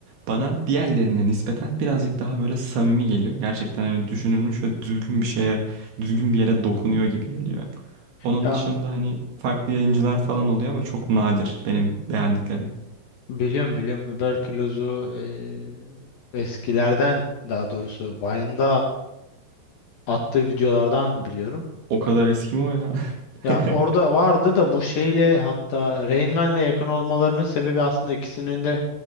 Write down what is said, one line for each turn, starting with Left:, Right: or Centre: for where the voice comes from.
Right: bana diğerlerine nispeten birazcık daha böyle samimi geliyor. Gerçekten hani düşünülmüş ve düzgün bir şeye, düzgün
Left: Hı hı.
Right: bir yere dokunuyor gibi geliyor. Onun
Left: Ya
Right: dışında hani farklı yayıncılar falan oluyor ama çok nadir benim beğendiklerim.
Left: biliyorum biliyorum überkülozu eee, eskilerden daha doğrusu Vine'da attığı videolardan biliyorum.
Right: O kadar eski mi o ya? <laughs>
Left: Ya orada vardı da bu şeyle hatta Rain Man'le yakın olmalarının sebebi aslında ikisinin de